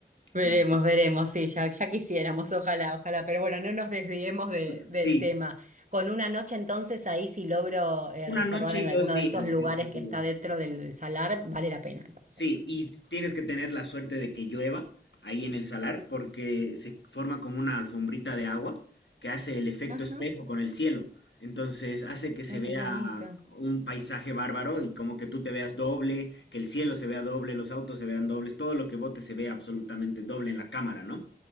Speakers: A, on the right; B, on the left.
A: Veremos,
B: La-
A: veremos, sí, ya, ya quisiéramos, ojalá, ojalá. Pero bueno, no nos desviemos de- del
B: sí,
A: tema. Con una noche entonces ahí si logro eh,
B: una
A: reservar
B: noche
A: en
B: y dos
A: alguno
B: días,
A: de estos lugares
B: ya te digo.
A: que está dentro del salar, vale la pena entonces.
B: Sí, y tienes que tener la suerte de que llueva ahí en el salar porque se forma como una alfombrita de agua que hace el efecto
A: Ajá.
B: espejo con el cielo. Entonces hace que se
A: Ay,
B: vea
A: qué bonito.
B: un paisaje bárbaro y como que tú te veas doble, que el cielo se vea doble, los autos se vean dobles, todo lo que bote se vea absolutamente doble en la cámara, ¿no?